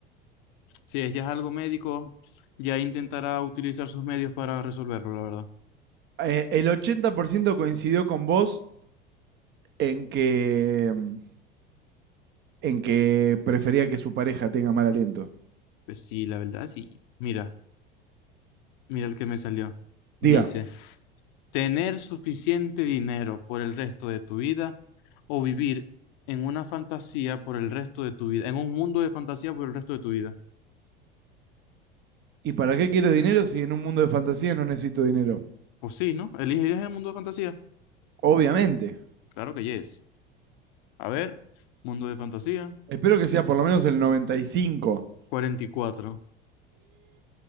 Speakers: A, on the left; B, on the right.
A: Si es ya es algo médico, ya intentará utilizar sus medios para resolverlo, la verdad.
B: Eh, el 80% coincidió con vos en que, mm, en que prefería que su pareja tenga mal aliento.
A: Pues sí, la verdad, sí. Mira, mira el que me salió. Dice.
B: Diga,
A: tener suficiente dinero por el resto de tu vida o vivir en una fantasía por el resto de tu vida, en un mundo de fantasía por el resto de tu vida.
B: ¿y para qué quiero dinero si en un mundo de fantasía no necesito dinero?
A: Pues sí, ¿no? ¿Elegirías el mundo de fantasía?
B: Obviamente.
A: Claro que yes. A ver, mundo de fantasía,
B: Espero que sea por lo menos el 95.
A: cuarenta y cuatro